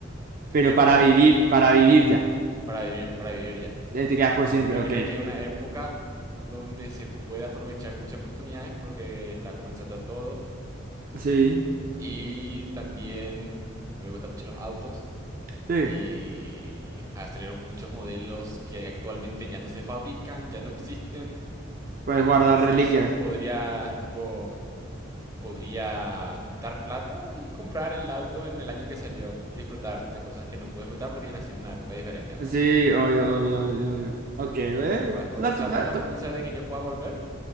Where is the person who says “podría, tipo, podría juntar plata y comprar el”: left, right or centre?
Right